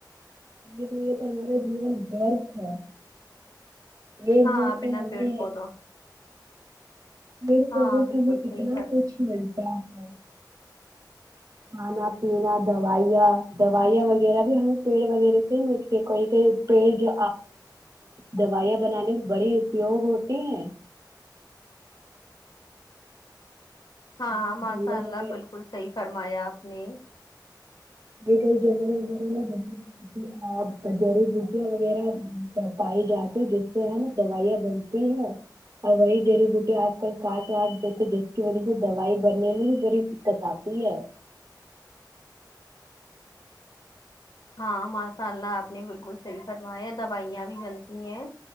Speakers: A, on the right; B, on the left.
A: یہ تو یہ تو ہمارا جیون گر ہے بیر
B: ہاں
A: ب تو
B: بنا
A: ہمے
B: پیڑ پودوں
A: میے پڈس
B: ہاں بالکل
A: ہمیں
B: صحیح
A: کتنا
B: فر
A: کچھ ملتا ہے کھانا پینا دوائیاں دوائیاں وغیرہ بھی ہمیں پیڑ وغیرہ سے ملتے کوئی کہئی پیڑ جو دوائیاں بنانے میں بڑی اپیوگ ہوتی ہیں
B: ہاں
A: جنگل
B: ہاں ماشاء
A: وغیرہ
B: اللہ بالکل صحیح فرمایا آپ میں
A: یہ کئی جنگلے وغیرہ میں بت جڑی بوٹیاں وغیرہ پائی جاتی جس سے ہے نا دوائیاں بنتی ہیں اور وہی جڑی بوٹییاں آج کل کاٹ وٹ دیتے جس کی وجہ سے دوائی بننے میں بھی بڑی دقت آتی ہے
B: ہاں ماشاء اللہ آپ نے بالکل صحیح کروایا دوائیاں بھی بنتی ہیں